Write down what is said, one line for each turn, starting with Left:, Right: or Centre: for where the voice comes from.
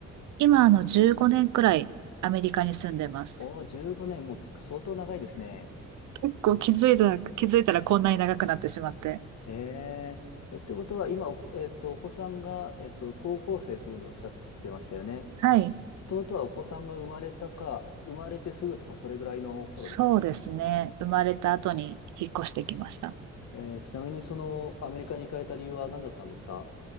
Right: 今、あの、15年くらいアメリカに住んでます。
Left: おおー、15年、もう相当長いですね。
Right: 結構気づいたら、気づいたらこんなに長くなってしまって。
Left: へえ。え、ってことは、今、おえっと、お子さんが、えっと、高校生というふうにおっしゃってましたよね。
Right: はい。
Left: ということは、お子さんが生まれたか、生まれてすぐとか、それぐらいの頃ですか。
Right: そうですね。生まれた後に引っ越してきました。
Left: えーちなみに、その、アメリカに行かれた理由は何だったんですか